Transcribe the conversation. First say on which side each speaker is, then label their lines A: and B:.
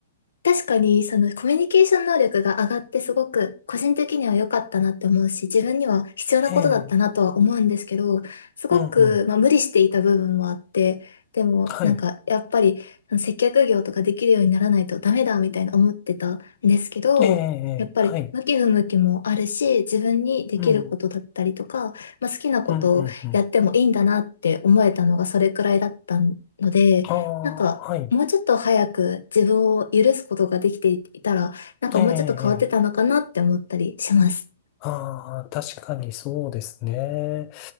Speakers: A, on the left; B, on the left.
A: 確かに、そのコミュニケーション能力が上がってすごく個人的には良かったなって思うし、自分には必要なことだったなとは思うんですけど、
B: ええ。
A: すごく、
B: うんうん。
A: まあ、無理していた部分もあって、でもなんかやっぱりその接客業とかできるようにならないとダメだみたいな思ってたんですけど、
B: はい。ええ、ええはい。
A: やっぱり向き不向きもあるし、自分にできることだったりとか、
B: うん。うん
A: まあ、好きなことをやってもいいんだなって思えたのがそれくらいだったので、
B: うんうん。ああ、
A: なんかもうちょっと早く自分を許すことができていたら、
B: はい。
A: なんかもうちょっと変わってたのかなって思ったりします。
B: ええ、ええ。ああ、確かにそうですね。